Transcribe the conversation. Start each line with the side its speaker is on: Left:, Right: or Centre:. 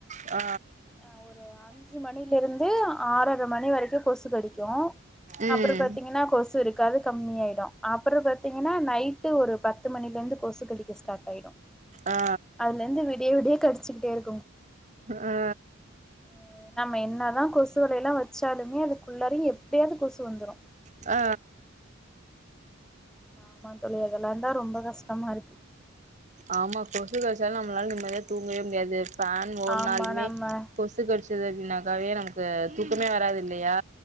Right: ஆ
Centre: அ ஒரு அஞ்சு மணிலருந்து ஆறர மணி வரைக்கோ கொசு கடிக்கோ
Right: ம்
Centre: அப்றோ பாத்தீங்கின்னா கொசு இருக் காது கம்மி ஆய்டோ அப்பறோ பாத்தீங்கன்னா நைட்டு ஒரு பத்து மணிலந்து கொசு கடிக்க ஸ்டார்ட் ஆய்டோ
Right: ஆ
Centre: அல்லந்து விடிய விடிய கடிச்சுக்கிட்டே இ
Right: ஆ
Centre: அ நம்ம என்னதா கொசு வலைலா வச்சாலுமே அதுக்குள்ளரும் எப்டியாவ்து கொசு வந்துரோ
Right: ஆ
Centre: அமா தோழி அதெல்லா தா ரொம்ப கஷ்டமா இருக்கு
Right: ஆமா கொசு கச்சாலு நம்மளால நிம்மதியா தூங்கவே முடியாது ஃபேன் ஓன்னாலுமே
Centre: ஆமா நம்ம
Right: கொசு கொசு கடிச்சது அப்படின்னாக்காவே நமக்கு தூக்கமே வராது இல்லயா